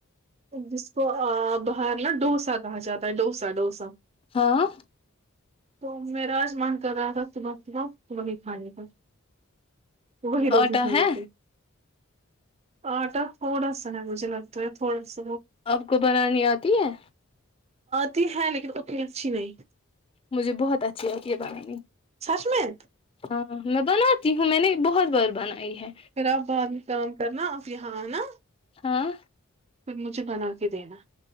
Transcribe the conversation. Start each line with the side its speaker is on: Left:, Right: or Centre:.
Right: جس کو آ باہرنا ڈوسا کہا جاتا ہے ڈوسا ڈوسا
Left: ہاں
Right: تو میرا آج من کر رہا تھا صبح صبح تو وہی کھانے پر وہی روٹیی
Left: آٹا
Right: کھانے
Left: ہے
Right: کا آٹا تھوڑا سا ہے مجھے لگتا ہے پس <unintelligible>
Left: آپ کو بنانی آتی ہے
Right: آتی ہے لیکن اتی اچھی نہیں
Left: مجھے بہت اچھی لتی ہے بنانی
Right: سچ میں
Left: ہاں میں بناتی ہوں میں نے بہت بار بنائی ہے
Right: پھر آپ باہر میں کام کرنا یہ ہاں نا <inaudible>
Left: ہاں
Right: پھر مجھے بنا کے دینا